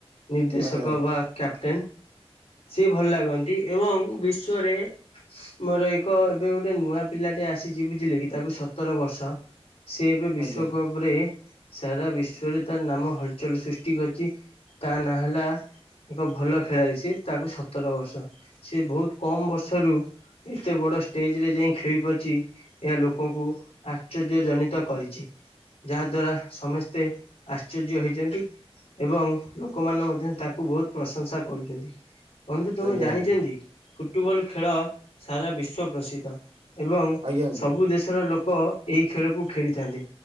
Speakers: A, on the left; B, on the right.
A: ନିର୍ଦ୍ଦେଶକ
B: ଆଜ୍ଞା
A: ବା କ୍ୟାପଟେନ୍। ସିଏ ଭଲ ଲାଗନ୍ତି ଏବଂ ବିଶ୍ଵରେ ମୋର ଏକ ଏବେ ଗୋଟେ ନୂଆ ପିଲାଟେ ଆସିଚି ବୁଝିଲେ କି ତାକୁ ସତର ବର୍ଷ। ସେ ଏବେ ବିଶ୍ବକପ୍
B: ଆଜ୍ଞା
A: ରେ ସାରା ବିଶ୍ଵରେ ତା ନାମ ହଲଚଲ ସୃଷ୍ଟି କରିଛି। ତା ନାଁ ହେଲା ଏକ ଭଲ ଖେଳାଳି ସିଏ ତାକୁ ସତର ବର୍ଷ ସିଏ ବହୁତ୍ କମ୍ ବ ସରୁ ଏତେ ବଡ଼ ଷ୍ଟେଜରେ ଯାଇ ଖେଳି ପାରିଚି ଏହା ଲୋକଙ୍କୁ ଆଶ୍ଚର୍ଯ୍ୟ ଜନିତ କରିଚି। ଯାହାଦ୍ୱାରା ସମସ୍ତେ ଆଶ୍ଚର୍ଯ୍ୟ ହେଇଚନ୍ତି। ଏବଂ ଲୋକମାନେ ମଧ୍ୟ ତାଙ୍କୁ ବହୁତ୍ ପ୍ରଶଂସା କରୁଚନ୍ତି ବନ୍ଧୁ ତମେ
B: ଆଜ୍ଞା
A: ଜାଣିଛନ୍ତି?
B: ଆଜ୍ଞା
A: ଫୁଟବଲ୍ ଖେଳ ସାରା ବିଶ୍ବପ୍ରସିଦ୍ଧ ଏବଂ
B: ଆଜ୍ଞା
A: ସବୁ ଦେଶର ଲୋ ଲୋକ ଏଇ ଖେଳକୁ ଖେଳିଥାନ୍ତି